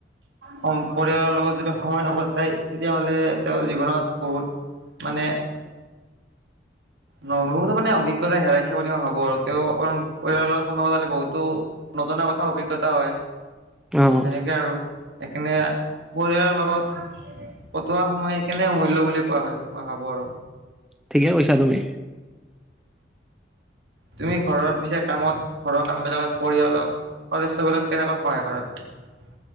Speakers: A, on the right; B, in the centre.
A: হম পৰিয়ালৰ লগত যদি সময় নকটাই তেতিয়াহ'লে তেওঁৰ জীৱনত বহুত। মানে
B: <inaudible>
A: ন বহুতো মানে অভিজ্ঞতা হেৰাইছে বুলি মই ভাবো আৰু তেওঁ পৰিয়ালৰ সময়ালে বহুতো ন নজনা কথা অভিজ্ঞতা হয়
B: অ',
A: ত তেনেকে আৰু। সেইকাৰণে পৰিয়ালৰ লগত কটোৱা সময় সেইকাৰণে অমূল্য বুলি কোৱা হয়। মই ভাবোঁ আৰু।
B: ঠিকে কৈছা তুমি।
A: তুমি ঘৰত পিছে কামত ঘৰৰ কাম বিলাকত পৰিয়ালক। সদস্যবিলাক কেনেকৈ সহায় কৰে।